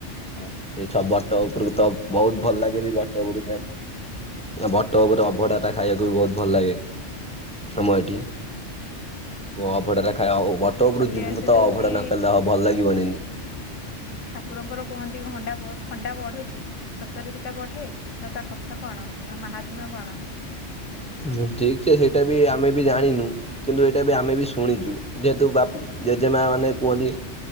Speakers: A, in the centre; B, on the left.
A: ଆ ଛ ବଟ ଉପରକୁ ତ, ବୋହୁତ୍ ଭଲ ଲାଗେ ବି ବଟ ଉପରକୁ ଯାଇ, ଇ ବ ତ
B: ଆଚ୍ଛା
A: ଅଭଢାଟା ଖାଇବାକୁ ବି ବୋହୁତ୍ ଭଲ ଲାଗେ ଆମ ଏଠି। ମୁଁ ଅଭଢାଟା
B: ଆଚ୍ଛା
A: ଖାଏ ଆଉ ବଟ ଉପରକୁ
B: ଛତିଆ
A: ଯିବୁ
B: ସେ
A: ମୁ ତ
B: ଯୋଉଠି
A: ଅଭଡା ନ ଖାଇଲେ ଆଉ ଭଲ ଲାଗିବନିି ଇନି।
B: ଠାକୁରଙ୍କର କୁହନ୍ତି ହଣ୍ଡା ବ ଖଣ୍ଡା ବଢ଼ୁଚି? ସତରେ ସେଟା ବଢ଼େ? ନା ତା କଥା କଣ? ତା ମହାତ୍ମ୍ୟ କଣ?
A: ହୁଁ ଠିକ୍ ସେ ସେଟା ବି ଆମେ ବି ଜାଣିନୁ କିନ୍ତୁ ଏଇଟା ବି ଆମେ ବି ଶୁଣିଛୁ। ଯେହେତୁ ବା ଜେଜେମା ମାନେ କୁହନ୍ତି।